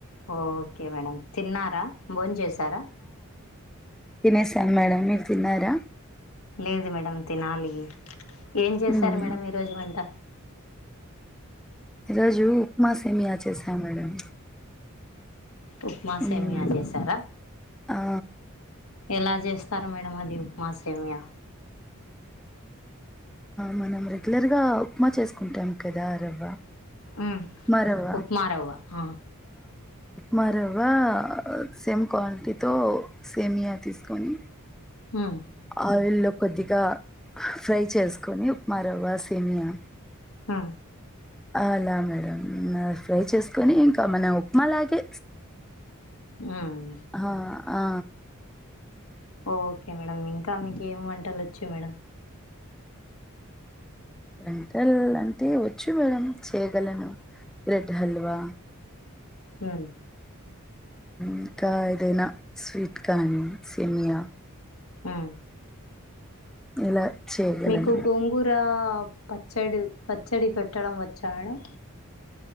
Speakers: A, on the left; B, in the centre.
A: ఓకే మేడం తిన్నారా భోన్ చేసార
B: తినేసం మేడం మీరు తిన్నార
A: లేదు మేడంమ్ తినాలి ఏం చేశారు
B: మ్మ్
A: మేడం ఈ రోజు వంట
B: ఈరోజు ఉప్మా సేమియ చేశా మేడం
A: ఉప్మా సేమియా
B: మ్మ్
A: చేసారా
B: ఆ
A: ఎలా చేస్తారు మేడం అది ఉప్మా సేమియ
B: మనం రెగ్యులర్గా ఉప్మా చేసుకుంటాం కదా రవ్వ
A: మ్మ్
B: ఉప్మా రవ్వ
A: ఉప్మా రవ్వ ఆ
B: మరవ్వ సేమ్ క్వాన్టీతో సేమియా తీసుకొని
A: మ్మ్
B: ఆయిల్ లో కొద్దిగా ఫ్రై చేసుకొని ఉప్మా రవ్వ సేమియా
A: హ
B: అలా మేడం ఫ్రై చేసుకొని ఇంకా మన ఉప్మా లాగే
A: మ్మ్
B: ఆ ఆ
A: ఒకే మేడం ఇంకా మీకు ఏమి వంటలు ఒచ్చు మేడం
B: వెంటల్ అంటే వచ్చు మేడం చేయగలను బ్రెడ్ హల్వా
A: మ్మ్
B: ఇంకా ఏదైనా స్వీట్ కానీ సేమియా
A: మ్మ్
B: ఇలా చేయగలను
A: మీకు
B: మేడం
A: గోంగుర పచ్చడి పచ్చడి పెట్టడం వచ్చా మేడం